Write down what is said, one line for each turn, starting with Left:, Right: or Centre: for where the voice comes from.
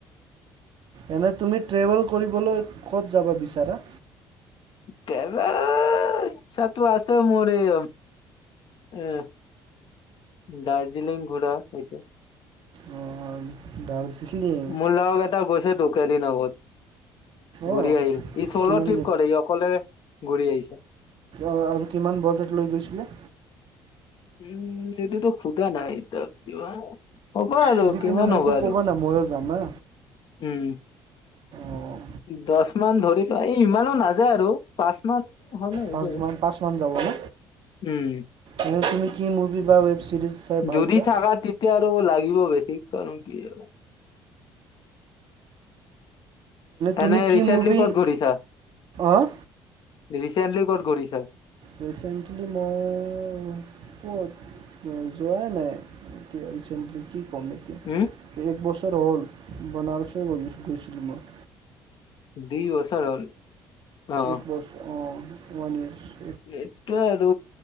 Right: এনেই তুমি ট্ৰেভেল কৰিবলৈ ক'ত যাব বিচাৰা?
Left: ট্ৰেভেল, ইচ্ছাটো আছে মোৰ এই এহ, দাৰ্জিলিং ঘূৰা এইটো।
Right: অ দাৰ্জিলিং।
Left: মোৰ লগৰ কেইটা গৈছে তো। কেইদিন আগত,
Right: অঁ
Left: ঘূৰি আহিল, ই চ'ল'
Right: কিমান
Left: ট্ৰিপ কৰে অকলে ঘূৰি আহিছে।
Right: অঁ আৰু কিমান বাজেট লৈ গৈছিলে?
Left: উম এইটোতো সুধা নাই তাক কিবা হ'ব আৰু
Right: সুধি কিনে
Left: কিমান
Right: মোকো
Left: হ'ব আৰু
Right: ক'বা না ময়ো যাম হা
Left: উম।
Right: অঁ
Left: দছ মান ধৰি লোৱা, এই ইমানো নাযায় আৰু! পাঁচ মাহ হ'লে হৈ
Right: পাঁচমান
Left: যাব
Right: পাঁচমান ন
Left: উম।
Right: এনে তুমি কি মুভি বা ৱেব ছিৰিজ চাই ভাল
Left: যদি
Right: পোৱা
Left: থাকা, তেতিয়া আৰু লাগিব বেছি, কাৰণ কি আৰু।
Right: তুমি
Left: এনে
Right: কি
Left: ৰিচেন্টলি
Right: মুভি
Left: ক'ত ঘূৰিছা,
Right: অঁ
Left: ৰিচেন্টলি ক'ত ঘূৰিছা?
Right: ৰিচেণ্টলি মই। ক'ত মই যোৱাই নাই। এতিয়া ৰিচেন্টলি কি, কম এতিয়া।
Left: উম।
Right: এক বছৰ হ'ল, বনাৰসে গৈছিলোঁ মই।
Left: দুই বছৰ হ'ল। অ',
Right: এক বছৰ অ', ওৱান ইয়াৰচ।
Left: এইটোৱেই আৰু,